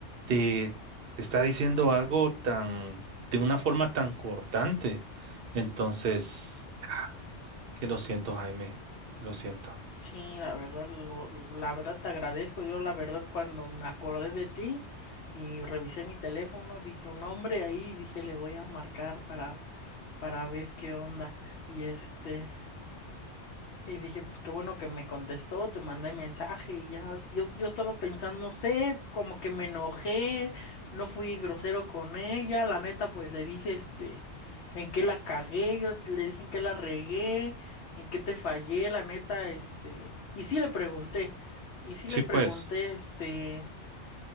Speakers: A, on the right; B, on the left.
A: te, te está diciendo algo tan, de una forma tan cortante. Entonces, ah, que lo siento, Jaime, que lo siento.
B: Sí, la verdad, lo- lo- la verdad te agradezco. Yo la verdad cuando me acordé de ti y revisé mi teléfono, vi tu nombre ahí y dije le voy a marcar para, para ver qué onda. Y este Y dije, pues qué bueno que me contestó, te mandé mensaje y ya, yo, yo estaba pensando, no sé, como que me enojé, no fui grosero con ella, la neta, pues le dije, este, en qué la cagué, yo le dije en qué la regué, en qué te fallé, la neta, este, y sí le pregunté, y sí
A: Sí,
B: le pregunté,
A: pues,
B: este,